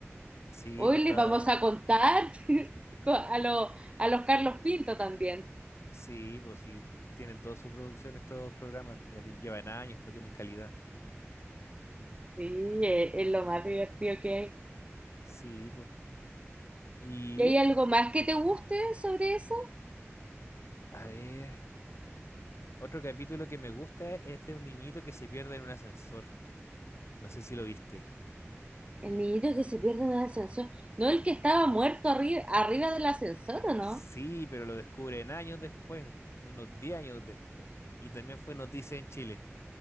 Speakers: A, on the left (about 65°); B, on the right (about 25°).
A: Sí,
B: Hoy
A: pues está
B: les vamos a contar <laughs> co- a, los a los Carlos Pinto también.
A: Sí, pues sí, tienen toda su producción estos programas, ya ti- llevan años, pues tienen calidad.
B: Sí, es, es lo más divertido que hay.
A: Sí, pues. Y
B: ¿Y hay
A: eso.
B: algo más que te guste sobre eso?
A: A ver, otro capítulo que me gusta es de un niñito que se pierde en un ascensor. No sé si lo viste.
B: El niñito que se pierde en el ascensor. ¿No el que estaba muerto arri- arriba del ascensor, o no?
A: Sí, pero lo descubren años después, unos 10 años después. Y también fue noticia en Chile.